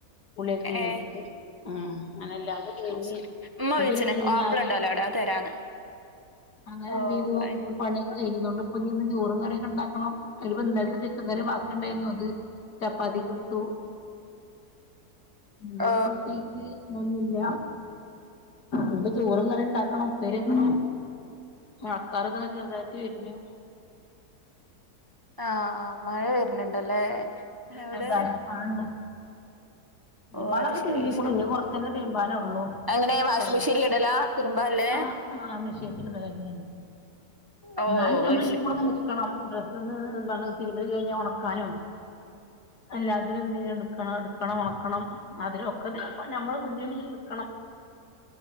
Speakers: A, on the left; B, on the right.
A: പുളിയക്കെ ഇങ്ങനെക്ക്
B: ഏ
A: ഉം അങ്ങനെല്ലാ അത് കഴിഞ്ഞു
B: ഓ, ശരി.
A: അപ്പോ
B: ഉമ്മ വിളിച്ചിന്
A: പിന്നെ ക്ലീനാക്കി
B: ആപ്പിൾ ഉണ്ടല്ലോ അവിടെ അത് തരാന്ന്
A: അങ്ങനെ
B: ഓ
A: എന്ത് ചെയ്തു
B: അത്
A: ഫുൾ
B: ശരി.
A: പണി കഴിഞ്ഞതുകൊണ്ട്പ്പൊ ഇനി ഒന്നും ചോറും കറിയൊക്കെണ്ടാക്കണം അത്പ്പ ഇന്നലത്തെ ചിക്കൻ കറി മാത്രംണ്ടായിരുന്നു ഞങ്ങക്ക് അത് ചപ്പാത്തിക്കെടുത്തു ന്തപ്പ
B: ഓ
A: പ്രതേ നൊഒന്നില്ല ഇനിപ്പ ചോറ് കറി ഉണ്ടാക്കണം ഉപ്പേരിയൊക്കെ മഴക്കാർറിതാ ചെറുതായിട്ട് വരുഞ്ഞു
B: ആഹ് ആഹ് മഴ വരുന്നുണ്ടല്ലേ എവിടെ
A: ഉം ന്താണ്‌ മഴയുണ്ട്
B: ഓ
A: മളൊക്കെ
B: അത് ശരി
A: തിരുമ്പിക്കുണൂ
B: അത് ശരി
A: ഇനി കൊറച്ച് അല്ലേ തിരുമ്പാന് ഉള്ളൂ
B: അങ്ങനെ വാഷിംഗ്
A: കൊറെ
B: മെഷീനിൽ ഇടലാ തിരുമ്പാല്ലേ
A: ആഹ് ആഹ് മിഷേത്തിനുള്ള കാര്യാണ്
B: ഓ
A: എന്നാലും ഞമ്മള്
B: അത്
A: ഒരു
B: ശരി
A: കൂടുംങ്ങമോ ക്കണം ഡ്രസന്ന് എന്താണ് തിരുമ്പ് കഴഞ്ഞ് ഉണക്കാനും എല്ലാത്തിനും എന്ത്ചെയ്യണം നിക്കണം എടുക്കണം ഉണക്ക ക്കണം അധിന് ഒക്കെ തന്നെ നമ്മള് മുന്നിൽ ഇങ്ങനെ നിൽക്കണം